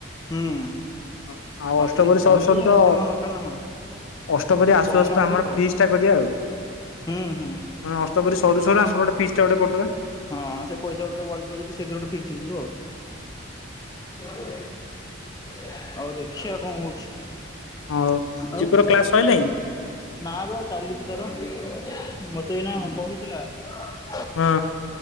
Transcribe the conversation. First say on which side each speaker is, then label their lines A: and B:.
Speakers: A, on the left; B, on the left.
A: ହୁଁ।
B: ଆଉ ଅଷ୍ଟପ୍ରହରୀ
A: ସେଇ ପନିର
B: ସରୁ ସରୁ
A: କଣ
B: ତ
A: ଏତେ କଣ ଦରକାର ନା କଣ
B: ଅଷ୍ଟପ୍ରହରୀ
A: ସେ
B: ଆସୁ
A: କମ
B: ଆସୁ
A: ଆଣିଲେ
B: ଆମର
A: ବି ହବ
B: ଫିସ୍ ଟା କରିବା ଆଉ।
A: ହୁଁ ହୁଁ
B: ମାନେ ଅଷ୍ଟପରି ସରୁ
A: ହଁ
B: ସରୁ ଆମର ଗୋଟେ ଫିସ୍ ଟା ଗୋଟେ କରିଦବା।
A: ସେ ପଇସା ପତ୍ର ବଳିଥିବ ଯଦି ସେଥିରେ ଗୋଟେ ଫିଷ୍ଟି ହେଇଯିବ ଆଉ। ହ <unintelligible> ଆଉ ଦେଖିବା କଣ ହଉଛି।
B: ହଉ ଚିକୁର
A: ଆଉ
B: କ୍ଲାସ ସଇଲାଇଁ?
A: ନା ବା ଚାଲିଛି ତାର ମତେ ଏଇନା କହିଥିଲା। ହ <unintelligible>
B: ହଁ।